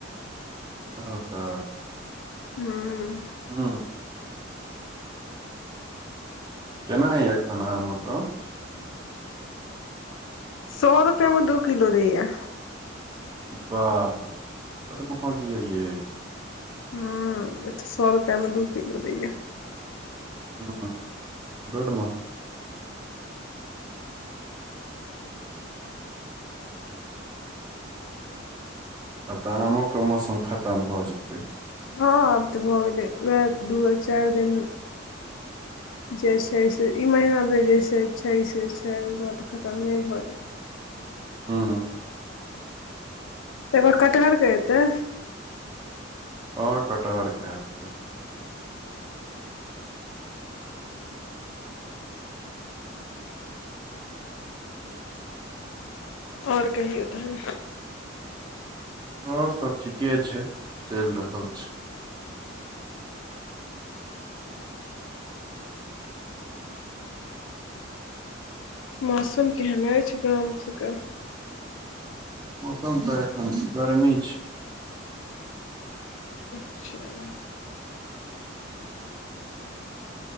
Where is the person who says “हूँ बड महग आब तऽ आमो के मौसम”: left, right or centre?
Right